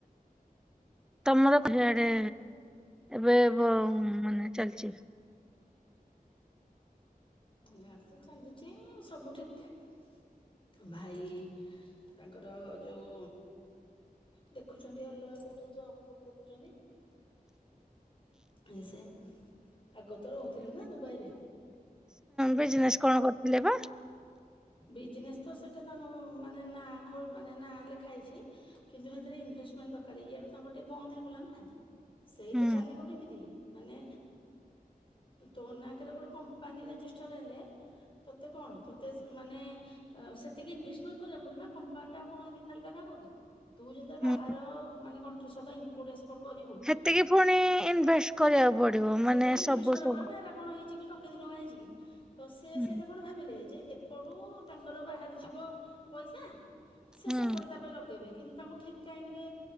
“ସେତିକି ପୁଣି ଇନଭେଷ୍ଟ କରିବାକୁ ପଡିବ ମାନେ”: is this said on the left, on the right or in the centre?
Centre